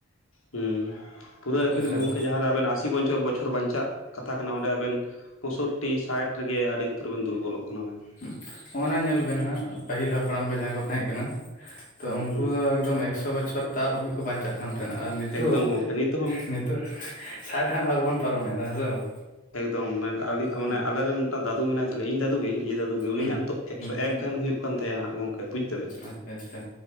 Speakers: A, on the left; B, on the left.
A: ᱦᱩᱸ ᱯᱩᱨᱟᱹ ᱟᱹᱠᱷᱤᱨ
B: ᱦᱮᱸ ᱥᱮ
A: ᱜᱚᱝᱠᱮ
B: ᱵᱟᱝ
A: ᱡᱟᱦᱟᱸ ᱨᱮ ᱟᱵᱮᱱ ᱟᱥᱤ <unintelligible> ᱵᱚᱪᱷᱚᱨ ᱵᱚᱪᱷᱚᱨ ᱵᱟᱧᱪᱟᱜ ᱠᱟᱛᱷᱟ ᱠᱟᱱᱟ ᱚᱸᱰᱮ ᱟᱵᱮᱱ ᱯᱚᱸᱥᱳᱴᱴᱤ ᱥᱟᱴ ᱨᱮ ᱜᱮ ᱟᱹᱰᱤ ᱩᱛᱟᱹᱨ ᱵᱮᱱ ᱫᱩᱨᱵᱚᱞᱚᱜ ᱠᱟᱱᱟ ᱵᱮᱱ ᱾
B: ᱦᱮᱸ ᱦᱚᱸᱜ ᱱᱟ ᱧᱮᱞ ᱵᱮᱱ ᱦᱟᱸᱜ ᱯᱟᱹᱦᱤᱞ ᱦᱟᱯᱲᱟᱢ ᱠᱚ ᱡᱟᱦᱟᱸᱭ ᱠᱚ ᱛᱟᱦᱮᱸ ᱠᱟᱱᱟ ᱛᱚ ᱩᱱᱠᱩ
A: ᱦᱩᱸ
B: ᱫᱚ ᱮᱠᱫᱚᱢ ᱮᱠᱥᱚ ᱵᱚᱪᱷᱚᱨ ᱛᱟᱵ ᱦᱟᱹᱵᱤᱡ ᱠᱚ ᱵᱟᱧᱪᱟᱜ ᱾ ᱠᱟᱱ ᱛᱟᱦᱮᱱᱟ ᱟᱨ ᱱᱤᱛᱚᱜ
A: ᱮᱠᱫᱚᱢ ᱜᱚᱢᱠᱮ ᱱᱤᱛ ᱦᱚᱸ
B: ᱱᱤᱛᱚᱜ ᱥᱟᱴ ᱦᱟᱸᱜ ᱵᱟᱵᱚᱱ ᱯᱟᱨᱚᱢᱮᱫᱟ ᱦᱮᱸ ᱥᱮ ᱵᱟᱝ?
A: ᱮᱠᱫᱚᱢ ᱢᱟᱱᱮ
B: ᱦᱩᱸ
A: ᱟᱞᱮ ᱨᱮᱱ ᱢᱤᱫᱴᱟᱝ ᱫᱟᱫᱩ ᱢᱮᱱᱟᱭ ᱛᱟᱞᱮᱭᱟ ᱤᱧ ᱫᱟᱫᱩ ᱜᱮ ᱱᱤᱡᱮ ᱫᱟᱫᱩ ᱜᱮ ᱩᱱᱤ
B: ᱦᱩᱸ
A: ᱦᱟᱸᱜ ᱱᱤᱛᱚᱜ ᱮᱠ
B: ᱦᱩᱸ
A: ᱥᱚ ᱮᱠ ᱜᱟᱱ ᱦᱩᱭᱩᱜ ᱠᱟᱱ ᱛᱟᱭᱟ ᱦᱟᱸᱜ ᱜᱚᱝᱠᱮ ᱵᱩᱡᱷ ᱫᱟᱵᱮᱱ
B: ᱟᱪᱪᱷᱟ ᱟᱪᱪᱷᱟ